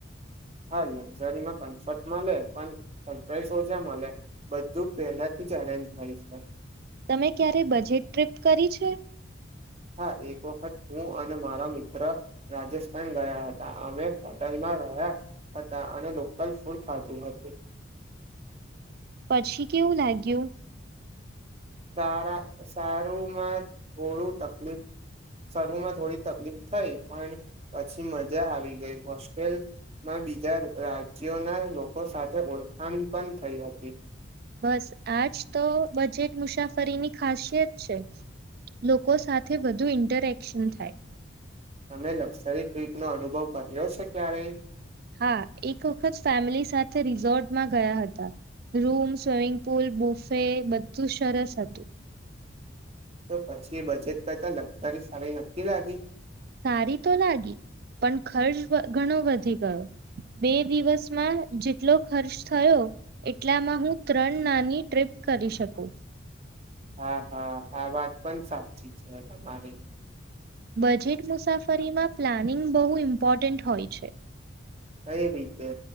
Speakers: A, on the right (about 30°); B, on the right (about 50°).
A: હા લક્ઝરીમાં કમ્ફર્ટ મલે પન સરપ્રાઈઝ ઓજા મળે બધું પહેલાથી જ અરેન્જ હોય છે
B: તમે ક્યારે બજેટ ટ્રીપ કરી છે
A: હા એક વખત હું અને મારા મિત્ર રાજેસ્થાન ગયા હતા અમે હોટલમાં રહ્યા હતા અને લોકલ ફૂડ ખાધું હતું
B: પછી કેવું લાગ્યું
A: સારા સારુંમાં થોડું તકલીફ શરુમાં થોડી તકલીફ થઈ, પણ પછી મજા આવી ગઈ, હોસ્ટેલ માં બીજા રાજ્યના લોકો સાથે ઓળખાણ પણ થઈ હતી.
B: બસ આજ તો બજેટ મુસાફરીની ખાસિયત છે, લોકો સાથે વધુ ઇન્ટરેક્શન થાય.
A: તમે લક્સરી ટ્રીપ નો અનુભવ કર્યો છે ક્યારેય?
B: હા, એક વખત ફેમલી સાથે રિઝોર્ટમાં ગયા હતા, રૂમ સ્વિમિંગ પુલ બુફે બધું સરસ હતું.
A: તો પછી બજેટ કરતા લગજરી સારી નતી લાગી.
B: સારી તો લાગી પણ ખર્ચ ઘણો વધી ગયો, બે દિવસમાં જેટલો ખર્ચ થયો, એટલામાં હું ત્રણ નાની ટ્રીપ કરી શકું.
A: હા હા આ વાત પણ સાચી છે તમારી.
B: બજેટ મુસાફરીમાં પ્લાનિંગ બહુ ઇમ્પોર્ટન્ટ હોય છે.
A: કઈ રીતે?